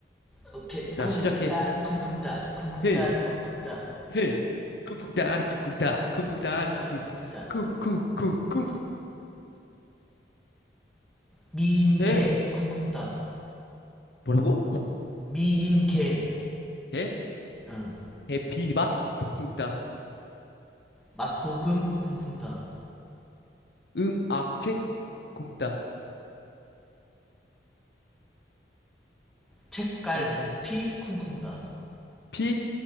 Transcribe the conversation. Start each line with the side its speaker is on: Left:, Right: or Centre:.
Centre: 오케이.
Left: 자,
Centre: 쿵쿵따리
Left: 시작해.
Centre: 쿵쿵따. 쿵쿵따리
Left: 헤이,
Centre: 쿵쿵따.
Left: 헤이, 쿵쿵따리 쿵쿵따, 쿵쿵따리
Centre: 쿵쿵따리
Left: 쿵쿵따,
Centre: 쿵쿵따.
Left: 쿵쿵쿵쿵.
Centre: 쿵쿵. 미인개
Left: 해.
Centre: 쿵쿵따.
Left: 뭐라고?
Centre: 미인개.
Left: 해?
Centre: 응.
Left: 해피 맛 쿵쿵따,
Centre: 맛소금 쿵쿵따.
Left: 음악 책 쿵따.
Centre: 책갈
Left: 빨리 해.
Centre: 피 쿵쿵따.
Left: 피,